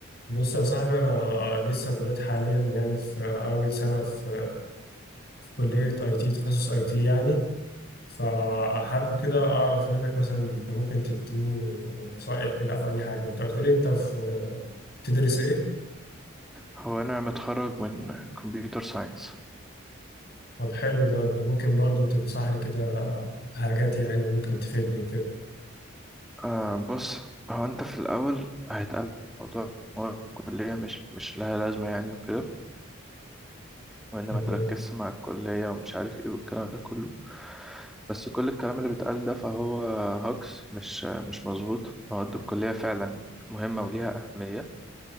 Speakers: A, on the left (about 50°); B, in the centre.
A: بص يا صاحبي انا آه، لسه دلوقتي حاليا يعني في اول سنه في في كليه اي تي تخصص اي تي يعني فحابب كده اعرف منك مثلا انت ممكن تديني نصائح كده او اي حاجه انت قلت لي انت في تدرس ايه
B: هو أنا متخرج من كمبيوتر ساينس
A: طب حلو ده انت ممكن برضو تنصحني كده في حاجات يعني ممكن تفيدني وكده
B: آه بص هو أنت في الأول هيتقال موضوع مواد الكلية مش مش لها لازمة يعني وكده وإن
A: تمام
B: ما تركزش مع الكلية ومش عارف إيه والكلام ده كله بس كل الكلام اللي بيتقال ده فهو هاكس مش مش مظبوط مواد الكلية فعلا مهمة وليها أهمية